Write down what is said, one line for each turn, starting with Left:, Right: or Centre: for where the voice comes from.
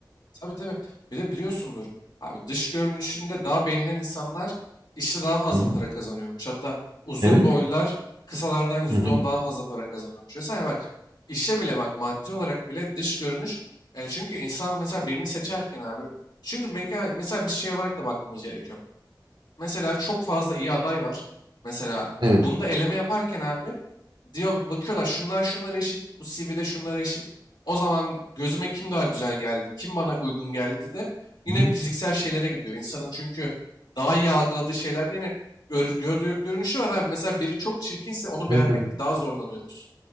Left: Tabii tabii. Bir de biliyorsundur. Abi dış görünüşünde daha beğenilen insanlar işte daha fazla
Right: Hı hı.
Left: para kazanıyormuş. Hatta uzun
Right: Evet.
Left: boylular kısalardan yüzde
Right: Hı hı.
Left: on daha fazla para kazanıyormuş. Vesaire bak işe bile bak maddi olarak bile dış görünüş. E, çünkü insan mesela birini seçerken abi. Çünkü belki mesela bir şey olarak da bakmamız gerekiyor. Mesela çok fazla iyi aday var. Mesela
Right: Evet.
Left: bunda eleme yaparken abi diyor bakıyorlar şunlar şunlar eşit, bu CV'de şunlar eşit. O zaman gözüme kim daha güzel geldi, kim bana uygun geldi de yine
Right: Hı-hı.
Left: fiziksel şeylere gidiyor. İnsanın çünkü daha iyi algıladığı şeylerde yine gör, gördüğü, görünüşü var abi. Mesela biri çok çirkinse onu beğenmekte
Right: Evet evet.
Left: daha zorlanıyoruz.